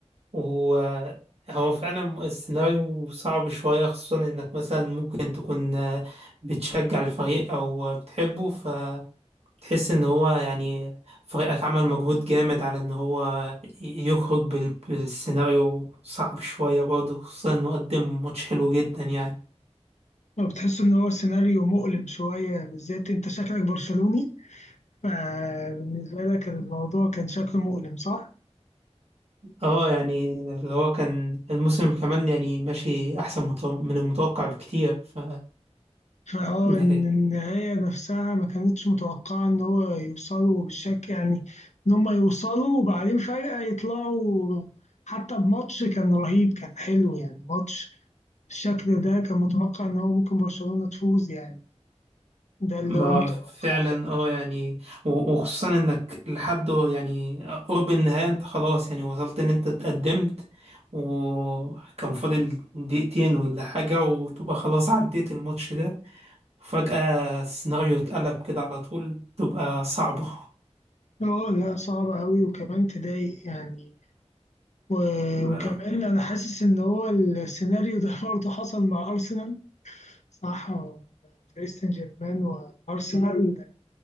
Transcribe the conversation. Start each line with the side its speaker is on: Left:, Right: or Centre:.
Right: وهو فعلا السيناريو صعب شوية خصوصا إنك مثلا ممكن تكون آه، بتشجع الفريق أو بتحبه فتحس إن هو يعني فريقك عمل مجهود جامد على إن هو يخرج بال- بالسيناريو صعب شوية برضه خصوصا إنه قدم ماتش حلو جدا يعني
Left: ما بتحس ان هو سيناريو مؤلم شوية بالذات انت شكلك برشلوني فبالنسبة لك الموضوع كان شكله مؤلم صح
Right: اه يعني اللي هو كان الموسم كمان يعني ماشي احسن مت- من المتوقع بكتير ف
Left: فاه
Right: يعني
Left: ان النهاية نفسها ما كانتش متوقعة ان هو يوصلوا بالشكل يعني ان هم يوصلوا وبعدين فجأة يطلعوا حتى بماتش كان رهيب كان حلو يعني ماتش بالشكل ده كان متوقع ان هو ممكن برشلونة تفوز يعني ده اللي
Right: ما
Left: هو متوقع
Right: فعلا اه يعني و- وخصوصا انك لحد يعني قرب النهاية انت خلاص يعني وصلت ان انت اتقدمت وكان فاضل دقيقتين ولا حاجة وتبقى خلاص عديت الماتش ده وفجأة السيناريو اتقلب كده على طول تبقى صعبة
Left: اه لا صعبة أوي وكمان تضايق يعني و-
Right: <laughs>
Left: وكمان أنا حاسس إن هو السيناريو ده برضه حصل مع أرسنال صح آه، باريس سان جيرمان وأرسنال